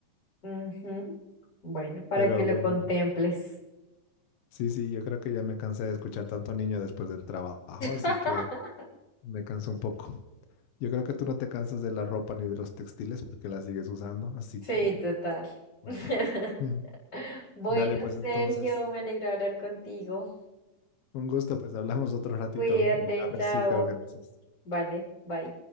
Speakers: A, on the left; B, on the left.
A: Ujú. Bueno, para
B: Pero
A: que lo
B: bueno,
A: contemples.
B: sí, sí, yo creo que ya me cansé de escuchar tanto niño después del trabajo, así
A: <laughs>
B: que me canso un poco. Yo creo que tú no te cansas de la ropa ni de los textiles porque la sigues usando, así
A: Sí,
B: que
A: total.
B: bueno.
A: <laughs>
B: <laughs>
A: Bueno,
B: Dale pues
A: Sergio,
B: entonces.
A: me alegro de hablar contigo.
B: Un gusto, pues hablamos otro ratito
A: Cuídate,
B: y a ver
A: chao.
B: si te organizas.
A: Vale, bye.